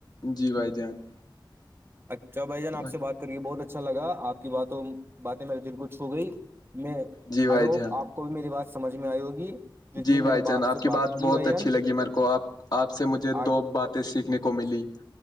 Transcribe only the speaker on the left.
جی بھائی جان
تو
جی بھائی
جان
جی
بھائی
جان آپ
کی بات بہت
اچھی
لگی میرے کو آپ آپ سے مجھے
دو بات تو سیکھنے کو ملی